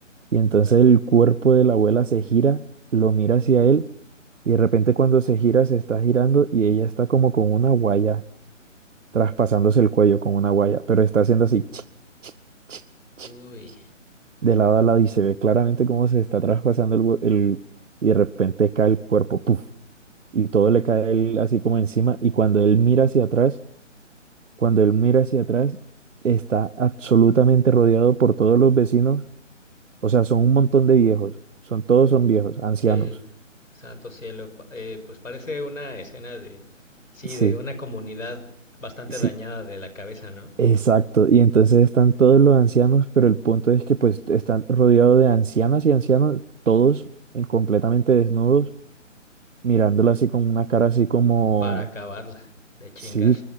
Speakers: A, on the right; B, on the left.
A: Y entonces
B: Órale.
A: el cuerpo de la abuela se gira, lo mira hacia él y de repente cuando se gira se está girando y ella está como con una guaya, traspasándose el cuello con una guaya, pero está haciendo así chic, chic, chic,
B: Uy.
A: de lado a lado y se ve claramente cómo se está traspasando el, hue- el- y de repente cae el cuerpo, puff, y todo le cae a él así como encima y cuando él mira hacia atrás, cuando él mira hacia atrás, está absolutamente rodeado por todos los vecinos, o sea, son un montón de viejos, son todos son viejos, ancianos
B: Sí, santo cielo. pa- eh, pues parece una escena de, sí,
A: Sí,
B: de una comunidad bastante
A: sí,
B: dañada de la cabeza, ¿no?
A: exacto. Y entonces están todos los ancianos, pero el punto es que pues están rodeados de ancianas y ancianos, todos en completamente desnudos, mirándolo así con una cara así como,
B: Para acabarla, de chingar.
A: sí,